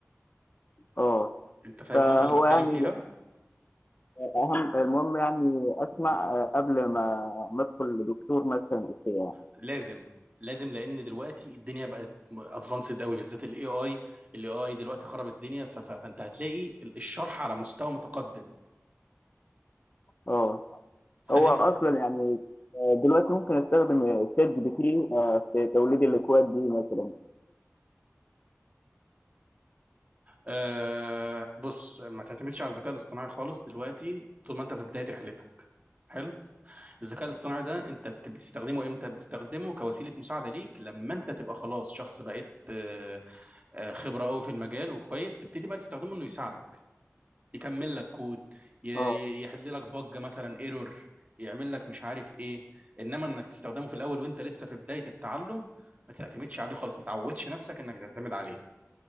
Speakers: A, on the left; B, on the right.
A: اه
B: انت فاهم
A: فهو
B: النقطه اللي بتكلم
A: يعني
B: فيها
A: اهم المهم يعني اسمع قبل ما ما ادخل لدكتور مثلا وكده يعني
B: لازم لازم لان دلوقتي الدنيا بقت ادفانسد قوي بالذات الاي اي الاي اي دلوقتي خرب الدنيا ف- ف- فانت هتلاقي الشرح على مستوى متقدم
A: اه
B: فاهم
A: هو اصلا يعني آه، دلوقتي ممكن استخدم شات جي بي تي آه، في توليد الاكواد دي مثلا
B: أه بص ما تعتمدش على الذكاء الاصطناعي خالص دلوقتي طول ما انت في بداية رحلتك حلو الذكاء الاصطناعي ده انت بت- بتستخدمه امتى بتستخدمه كوسيلة مساعدة ليك لما انت تبقى خلاص شخص بقيت آه، آه، خبرة قوي في المجال وكويس تبتدي بقى تستخدمه انه يساعدك يكمل لك كود ي- ي-
A: اه
B: يحل لك بج مثلا ايرور يعمل لك مش عارف ايه انما انك تستخدمه في الاول وانت لسه في بداية التعلم ما تعتمدش عليه خالص ما تعودش نفسك انك تعتمد عليه